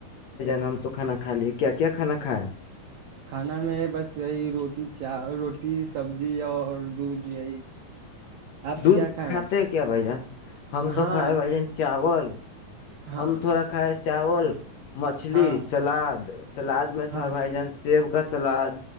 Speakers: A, on the left; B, on the right.
A: نا ہم تو کھانا کھایاے کیا کیا کھا کھا ہے
B: کھانا میں بس یہی روٹی چا روٹی سبزی آ اور دودھ یہی آپ
A: دودھ
B: کیا کھائے
A: کھاتے ہیں کیا بھائی جان ہم تو
B: ہاں
A: کھ بھائی
B: کھا-
A: جان چاول
B: ہاں
A: ہم تھوڑا کھائے چاول مچھلی
B: ہاں
A: سلاد سلاد میں تھا
B: ہاں
A: بھائی جان سیب کا سلاد